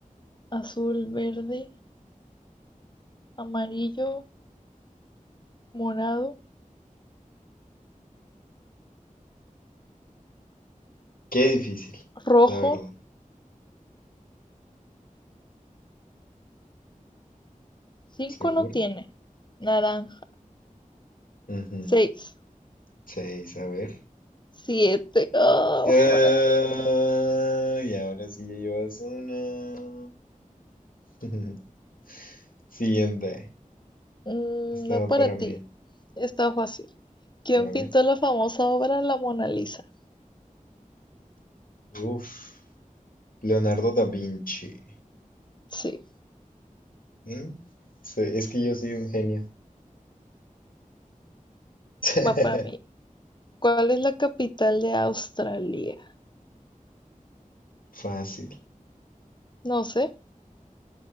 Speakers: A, on the left; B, on the left.
A: Azul, verde, amarillo, morado,
B: Qué difícil,
A: rojo.
B: la verdad.
A: Cinco
B: ¿Segura?
A: no tiene. Naranja.
B: Ujú.
A: Seis.
B: Seis, a ver.
A: Siete. Oh,
B: Ah,
A: fuck.
B: y ahora sí ya llevas una. <laughs> Siguiente.
A: Mm,
B: Estaba
A: no para
B: para
A: ti.
B: mí.
A: Está fácil. ¿Quién
B: A ver.
A: pintó la famosa obra La Mona Lisa?
B: Uf. Leonardo da Vinci.
A: Sí,
B: ¿Mm? Sí, es que yo soy un genio. <laughs>
A: va para mí. ¿Cuál es la capital de Australia?
B: Fácil.
A: No sé.